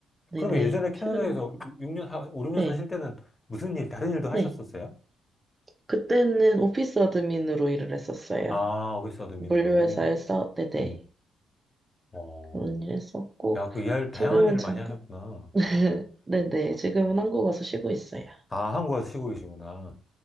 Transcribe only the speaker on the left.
그러면 예전에 캐나다에서
6년, 5, 6년
사실 때는 무슨 일, 다른 일도
하셨었어요?
아, 어게스타 도민으로.
음. 어.
야, 그 이할 다양한
일을
많이 하셨구나.
아, 한국 와서 쉬고 계시구나.